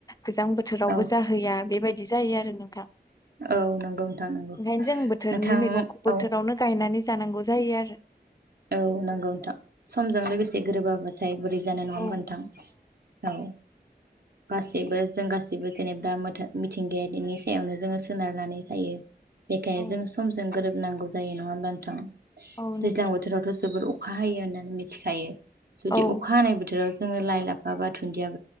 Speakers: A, on the left (about 20°); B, on the right (about 65°).
A: गोजां बोथोरावबो
B: औ
A: जाहैया बेबायदि जायो आरो नोंथां।
B: औ नंगौ नोंथां नंगौ।
A: ओंखायनो जों बोथोरनि
B: नोंथां
A: मैगंखौ बोथोरावनो
B: औ
A: गायनानै जानांगौ जायो आरो।
B: औ नंगौ नोंथां समजों लोगोसे गोरोबाब्लाथाय बोरै जानाय नङा
A: औ
B: होमबि नोंथां औ। गासैबो जों गासैबो जेनेबाथ मिथिंगायारिनि सायावनो जोङो सोनारनानै जायो। बेखायनो
A: औ
B: जों समजों गोरोबनांगौ जायो नङा होमबा नोंथां।
A: औ
B: दैज्लां
A: नोंथां।
B: बोथोरावथ' जोबोर अखा हायो होननानै मिथिखायो जुदि
A: औ
B: अखा हानाय बोथोराव जोङो लाइ लाफा बा धुन्दिया